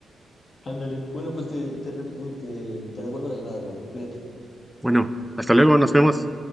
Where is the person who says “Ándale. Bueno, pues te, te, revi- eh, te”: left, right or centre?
Left